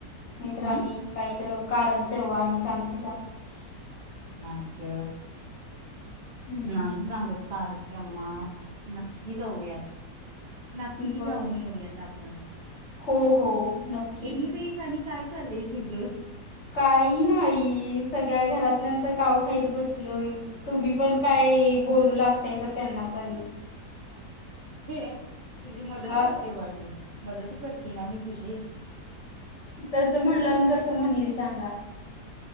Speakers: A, on the left (about 45°); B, on the right (about 70°).
A: नाही तर
B: हम्
A: आणि कायतर कारण तेव्हा आणि सांगशीला.
B: नाही ग
A: हम्म
B: नाही
A: हम्म
B: सांगत कारण तेव्हा नक्की जाऊयात नक्की
A: बर
B: जाऊन येऊयात आपण पण
A: हो हो नक्की
B: एनीवेज आणि काय चालय तुझं
A: काही नाही सगळ्या घरातल्यांचा काव खाईत ब तुम्ही पण काय बोलू लागतायसा त्यांनाच आणि
B: हे तुझी मदत
A: अ
B: करते बाळ मी मदत करते ना मी तुझी
A: तस म्हणलं आणि कसं म्हणली सांगा